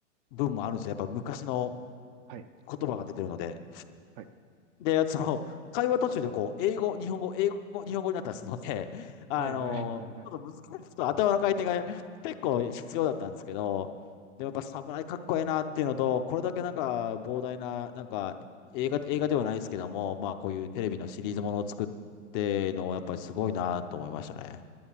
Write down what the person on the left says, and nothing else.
分もあるんですよ。やっぱ昔の
言葉が出てるので。
で、その、会話途中でこう、英語、日本語、英語、日本語になったりするので、<laughs> あのーちょっと難しい、
ちょっと頭の回転が結構必要だったんですけど、でもやっぱ侍かっこええなっていうのと、これだけなんか膨大な、なんか映画、映画ではないですけども、まあこういうテレビのシリーズものを作っての、やっぱりすごいなと思いましたね。